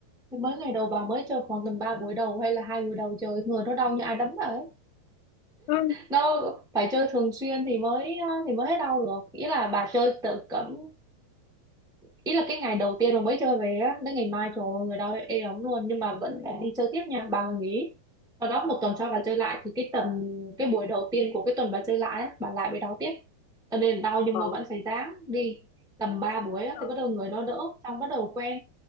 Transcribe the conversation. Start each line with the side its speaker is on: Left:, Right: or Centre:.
Centre: mới ngày đầu bà mới chơi khoảng tầm ba buổi đầu hay là hai buổi đầu chơi người nó đau như ai đấm bà ấy
Left: ừ.
Centre: nó phải chơi thường xuyên thì mới ờ, thì mới hết đau được ý là bà chơi tự cấm ý là cái ngày đầu tiên mà mới chơi về á đến ngày mai trời ơi, người đau ê ống luôn nhưng mà vẫn phải đi chơi tiếp nha bà mà nghỉ sau đó một tuần sau bà chơi lại thì cái tuần cái buổi đầu tiên của cái tuần bà chơi lại á, bà lại bị đau tiếp cho nên đau nhưng
Left: ờ
Centre: mà vẫn phải ráng đi tầm 3 buổi á,
Left: ờ.
Centre: thì bắt đầu người nó đỡ xong bắt đầu quen